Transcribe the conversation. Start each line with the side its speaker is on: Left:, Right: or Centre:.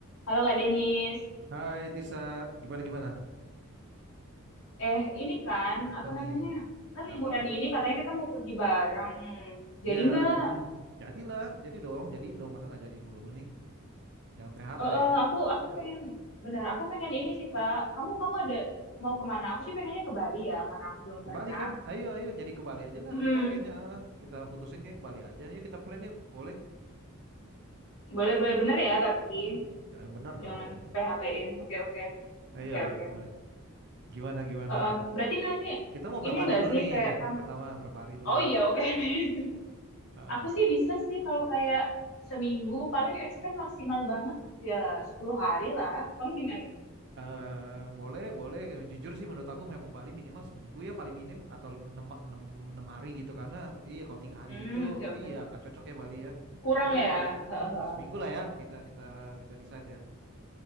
Left: Halo Kak Denis,
Right: Hai Tisa, gimana gimana?
Left: eh ini kan
Right: Kenapa
Left: apa namanya
Right: nih?
Left: kan
Right: Kenapa?
Left: liburan ini katanya kita mau pergi bareng. Jadi
Right: Dia,
Left: nggak,
Right: mm, jadilah, jadi dong, jadiin dong, masa nggak jadi mulu nih? Jangan PHP.
Left: eh, eh, aku aku
Right: Ayo,
Left: pengen benar aku pengen ini sih Kak. Kamu kamu ada mau kemana? Aku sih pengennya ke Bali ya karena aku belum
Right: ke
Left: pernah.
Right: Bali kan? Ayo, ayo, jadi ke Bali aja lah.
Left: Mm-mm.
Right: Kita kayaknya ah, kita putusin kayak ke Bali aja. Yuk kita plan yuk, boleh?
Left: Boleh boleh bener ya tapi
Right: Mm-mm. Jangan bener
Left: jangan
Right: dong.
Left: PHP-in. Oke oke
Right: Ayo,
Left: oke
Right: ayo,
Left: oke.
Right: boleh. Gimana gimana?
Left: Eh, eh, berarti nanti
Right: Kita mau berapa
Left: ini
Right: hari
Left: enggak
Right: dulu
Left: sih
Right: nih?
Left: kayak kamu?
Right: Pertama berapa hari dulu?
Left: Oh iya oke <laughs>
Right: Heeh.
Left: Aku sih bisa sih kalau kayak seminggu paling extend maksimal banget ya 10 hari lah. Kamu gimana?
Right: eh boleh, boleh. Jujur sih menurut aku memang Bali minimal seminggu ya paling minim atau 6 enam enam hari gitu karena iya kalau tiga hari
Left: Hmm,
Right: gitu
Left: oke oke.
Right: iya nggak cocok ya Bali ya.
Left: Kurang
Right: Boleh,
Left: ya.
Right: boleh. Hmm,
Left: Hehehe,
Right: seminggu
Left: Oke
Right: lah
Left: oke.
Right: ya kita kita kita decide ya.